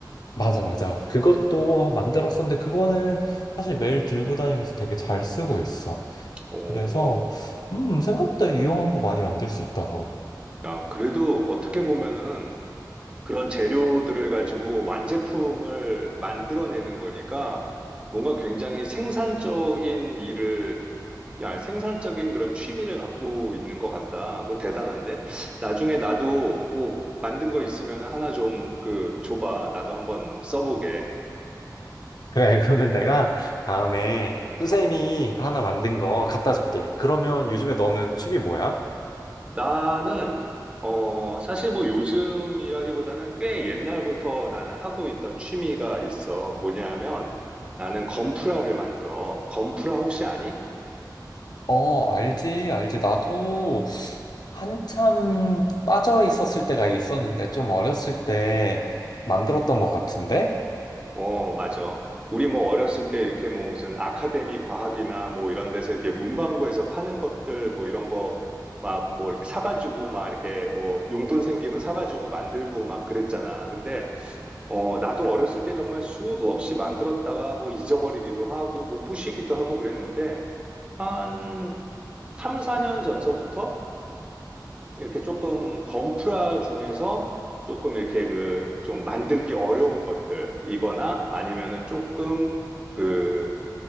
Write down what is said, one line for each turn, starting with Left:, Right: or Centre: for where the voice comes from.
Left: 맞아 맞아. 그것도 만들었었는데 그거는 사실 매일 들고 다니면서 되게 잘 쓰고 있어.
Right: 오,
Left: 그래서 음, 생각보다 유용한 거 많이 만들 수 있더라고.
Right: 야, 그래도 어떻게 보면은, 그런 재료들을 가지고 완제품을 만들어내는 거니까 뭔가 굉장히 생산적인 일을, 야, 생산적인 그런 취미를 갖고 있는 것 같다. 그거 대단한데? 나중에 나도 뭐 만든 거 있으면 하나 좀 그 줘봐. 나도 한번 써보게.
Left: 그래, <laughs> 그러면 내가 다음에 수세미 하나 만든 거 갖다 줄게. 그러면 요즘에 너는 취미 뭐야?
Right: 나는, 어, 사실 뭐 요즘이라기보다는 꽤 옛날부터 나는 하고 있던 취미가 있어. 뭐냐 하면 나는 건프라를 만들어. 건프라 혹시 아니?
Left: 어, 알지, 알지. 나도 한참 빠져 있었을 때가 있었는데, 좀 어렸을 때 만들었던 것 같은데?
Right: 어, 맞아. 우리 뭐 어렸을 때 이렇게 뭐 무슨 아카데미 과학이나 뭐 이런 데서 이렇게 문방구에서 파는 것들 뭐 이런 거 막 뭐 이렇게 사가지고 막 이렇게 뭐 용돈 생기면 사가지고 만들고 막 그랬잖아. 근데 어, 나도 어렸을 때 정말 수도 없이 만들었다가 뭐 잊어버리기도 하고 뭐 부시기도 하고 그랬는데 한 3, 4년 전서부터 이렇게 조금 건프라 중에서 조금 이렇게 그 좀 만들기 어려운 것들이거나 아니면은 조금 그